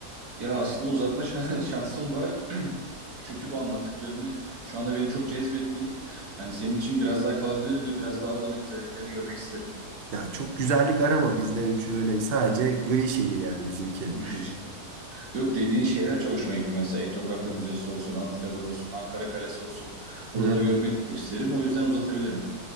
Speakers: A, on the right (about 80°); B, on the right (about 45°).
A: Ya aslında uzatma şan- <laughs> şansım var. <clears throat> Çünkü bu anlattıklarını şu anda beni çok cezbetti. Hani senin için biraz daha kalabilirim ve biraz daha oranın güzelliklerini görmek isterim.
B: Yani çok güzellik arama bizde üç öyle sadece gri şehir yani bizimki.
A: <laughs> Yok dediğin şeyler çok hoşuma gitti. Mesela Etnografya Müzesi olsun, Anıtkabir olsun, Ankara Kalesi olsun. Buraları
B: Hı.
A: görmeyi çok isterim. O yüzden uzatabilirim.